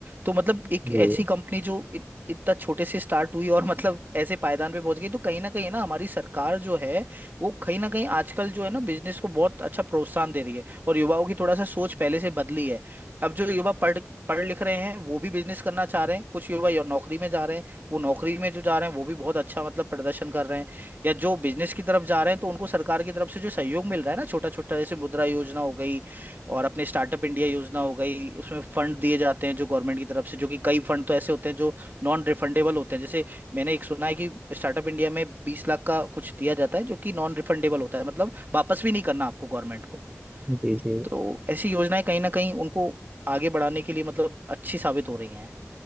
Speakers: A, on the right (about 40°); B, on the right (about 20°).
A: तो मतलब एक
B: जी
A: ऐसी कंपनी जो इत, इतना छोटे से स्टार्ट हुई और <laughs> मतलब ऐसे पायदान पे पहुंच गई तो कहीं ना कहीं ना हमारी सरकार जो है वो कहीं ना कहीं आजकल जो है ना बिजनेस को बहुत अच्छा प्रोत्साहन दे रही है और युवाओं की थोड़ा सा सोच पहले से बदली है अब जो युवा पढ़ पढ़ लिख रहे हैं वो भी बिजनेस करना चाह रहे हैं कुछ युवा यो- नौकरी में जा रहे हैं वो नौकरी में जो जा रहे हैं वो भी बहुत अच्छा मतलब प्रदर्शन कर रहे हैं या जो बिजनेस की तरफ जा रहे हैं तो उनको सरकार की तरफ से जो सहयोग मिल रहा है ना छोटा छोटा जैसे मुद्रा योजना हो गई और अपने स्टार्टअप इंडिया योजना हो गई उसमें फंड दिए जाते हैं जो गवर्नमेंट की तरफ से जो कि कई फंड तो ऐसे होते हैं जो नॉन रिफंडेबल होते हैं जैसे मैंने एक सुना है कि स्टार्टअप इंडिया में बीस लाख का कुछ दिया जाता है जो कि नॉन रिफंडेबल होता है मतलब वापस भी नहीं करना आपको गवर्नमेंट को
B: जी जी
A: तो ऐसी योजनाएं कहीं ना कहीं उनको आगे बढ़ाने के लिए मतलब अच्छी साबित हो रही हैं